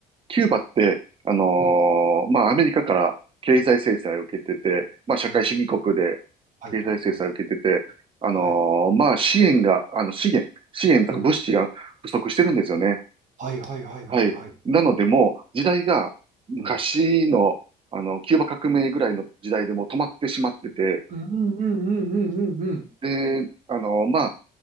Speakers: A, on the right; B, on the right.
A: キューバって、あの
B: うん。
A: ーまあ、アメリカから経済制裁を受けてて、まあ、社会主義国で
B: はい。はい。
A: 経済制裁を受けてて、
B: はい。はい。
A: あのーまあ、
B: はい。
A: 支援が、あの、資源、資源とか物資が不足してるんですよね。
B: うん。はい。はい。はい。はい。
A: はい。
B: はい。
A: なので、もう、時代が昔の、
B: うん。
A: あの、キューバ革命ぐらいの時代でもう止まってしまってて、
B: うんうんうんうんうんうん。
A: で、あのまあ、